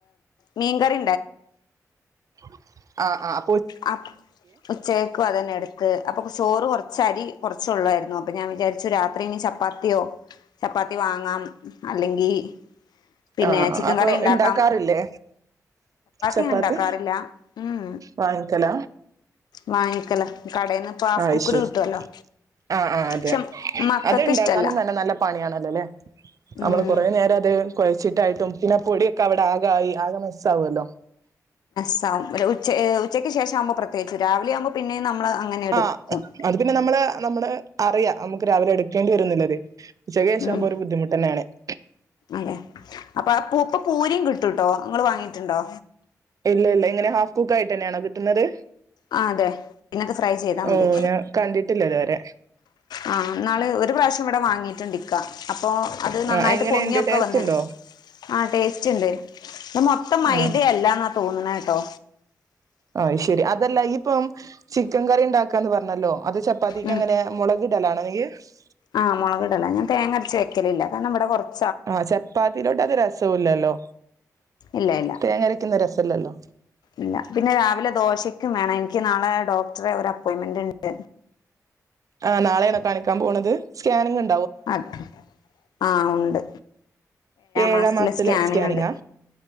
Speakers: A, on the left; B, on the right.
A: മീൻ കറി
B: <unintelligible> ആ ആ
A: ആ ഉച്ചക്കും അതന്നെ എടുക്ക് അപ്പൊ ചോറ് കുറച്ച അരി കുറച്ചള്ളായിരുന്നു അപ്പൊ ഞാൻ വിചാരിച്ചു രാത് രാത്രിനി ചപ്പാത്തിയോ ചപ്പാത്തി വാങ്ങാം അല്ലെങ്കി പിന്നെ
B: ആഹ് അ
A: ചിക്കൻ
B: അപ്പൊ
A: കറി ഉണ്ടാക്കാം
B: ഉണ്ടാക്കാറില്ലേ ചപ്പാത്തി
A: ഞാൻ ഉണ്ടാക്കാറില്ല ഉം
B: വാങ്ങിക്കല
A: വാങ്ങിക്കല കടയിൽന്ന് ഇപ്പ ഹാഫ്
B: ആ
A: കുക്ക്ഡ്
B: ശരി
A: കിട്ടുവല്ലോ
B: ആഹ് ആഹ്
A: പക്ഷെ
B: അതെ
A: മക്കൾക്ക്
B: അത് ഇണ്ടാക്കാനും
A: ഇഷ്ടല്ല
B: നല്ല നല്ല പണിയാണല്ലോല്ലേ
A: ഉം
B: നമ്മള് കൊറെ നേരം അത് കുഴച്ചിട്ട് യിട്ടും പിന്നെ പൊടിയൊക്കെ അവിടെ ആക ആയി ആകെ മെസ്സാവല്ലോ
A: സ ഒരു ഉച്ചയെ ഉച്ചക്ക് ശേഷ ആകുമ്പൾ പ്രതേകിച്ചു രാവിലെവുമ്പോ പിന്നെയ നമ്മള് അങ്ങനെ എടുക്കും
B: ആ അത് പിന്നെ നമ്മള് നമ്മള് അറിയാം നമുക്ക് രാവിലെ എടുക്കേണ്ടി വരുന്നില്ലത് ഉച്ചക്ക്ശേഷം
A: ഉം
B: ആവുമ്പോ ഒരു ബുദ്ധിമുട്ടെന്നേണ് <inaudible>
A: അതെ അപ്പൊ അപ്പാപ്പം പൂരിയും കിട്ടുംട്ടോ നിങ്ങൾ വാങ്ങിട്ടുണ്ടോ
B: ഇല്ല ഇല്ല ഇങ്ങനെ ഹാഫ് കുക്കായിട്ട് തന്നെയാണോ കിട്ടുന്നത്
A: ആ അതെ പിന്ന ഫ്രൈ ചെയ്താ
B: ഓ
A: മതി
B: ഞാൻ കണ്ടിട്ടില്ല ഇതുവരെ
A: ആ ഇന്നാള് ഒരു പ്രാവശ്യം ഇവിടെ വാങ്ങിട്ടുണ്ട് ഇക്ക അപ്പോൾ അത് നന്നായിട്ട്
B: ആ എങ്ങനെയുണ്ട്
A: പൊങ്ങിയൊക്കെ
B: ടേസ്റ്റ്
A: വന്ന്
B: ഉണ്ടോ
A: ആ ടേസ്റ്റ് ഉണ്ട് ഇപ്പ മൊത്തം മൈദ
B: ആ
A: അല്ല എന്ന തോന്നുന്നത് ഉണ്ടോ
B: ആ ശരി അതല്ല ഇപ്പം ചിക്കൻ കറി ഉണ്ടാക്കാന്ന് പറഞ്ഞല്ലോ അത് ചപ്പ ചെപ്പാത്തിക്കെങ്ങനെ
A: ഉം
B: മുളകിടലാ നനിങ്ക <unintelligible>
A: ആ മുളക് ഇടല ഞാൻ തേങ്ങ അരച്ച ല ക നമ്മുടെ കുറ <unintelligible>
B: ആ ചപ്പാത്തിയിലോട്ട് അത് രസവല്ലല്ലോ
A: ഇല്ല ഇല്ല
B: തേങ്ങരയ്ക്കുന്ന രസല്ലല്ലോ
A: ഇല്ല പിന്നെ രാവിലെ ദോശയ്ക്കും വേണം എനിക്ക് നാളെ ഡോക്ടറെ ഒരു അപ്പോയിൻമെന്റ് ഉണ്ട്
B: ആ നാളെണോ കാണിക്കാൻ പോണത് സ്കാനിങ് ഉ
A: അപ്പ ആ ഉണ്ട്
B: ഏഴാം
A: മാസത്തിലെ
B: മാസത്തില
A: സ്കാനിങ്
B: സ്കാനിങ്ങാ
A: ഉണ്ട്